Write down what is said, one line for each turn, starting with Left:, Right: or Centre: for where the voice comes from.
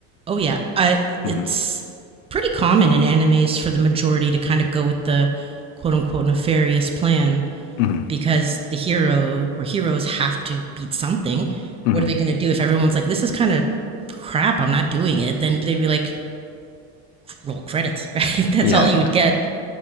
Right: Oh yeah, I,
Left: hmm
Right: it's pretty common in animes for the majority to kind of go with the quote unquote nefarious plan
Left: hmm
Right: because the hero or heroes have to beat something.
Left: hmm
Right: What are they going to do if everyone's like, "This is kind of crap. I'm not doing it." Then they'd be like, Roll credits, right? <laughs> That's
Left: Yeah,
Right: all you
Left: yeah.
Right: would get.